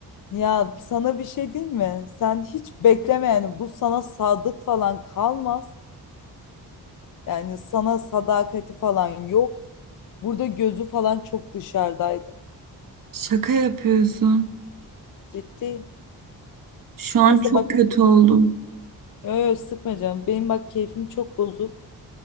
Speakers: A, on the left; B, on the right.
A: Ya sana bir şey diyeyim mi? Sen hiç bekleme yani bu sana sadık falan kalmaz. Yani sana sadakati falan yok. Burada gözü falan çok dışarıdaydı.
B: Şaka yapıyorsun.
A: Ciddi.
B: Şu an
A: Neyse
B: çok
A: bak
B: kötü oldum.
A: yo yo sıkma canım. Benim bak keyfim çok bozuk.